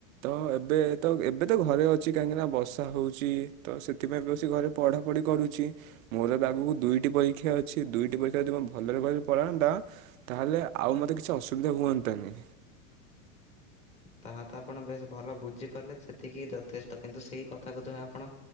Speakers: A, on the right (about 70°); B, on the left (about 15°).
A: ତ ଏବେ ତ ଏବେ ତ ଘରେ ଅଛି କାହିଁକି ନା ବର୍ଷା ହୋଉଚି ତ ସେଥିପାଇଁ ବସି ଘରେ ପଢାପଢ଼ି କରୁଛି ମୋର ଆଗକୁ ଦୁଇଟି ପରୀକ୍ଷା ଅଛି। ଦୁଇଟି ପରୀକ୍ଷା ଯଦି ଭଲରେ ଭଲରେ ପଳାନ୍ତା ତାହେଲେ ଆଉ ମତେ କିଛି ଅସୁବିଧା ହୁଅନ୍ତାନି।
B: ତାହା ତ ଆପଣ ବେଶ ଭଲ ବୁଝିପାରିଲେ ସେତିକି ଯଥେଷ୍ଟ କିନ୍ତୁ ସେଇ କଥାକୁ ଯୋଉ ଆପଣ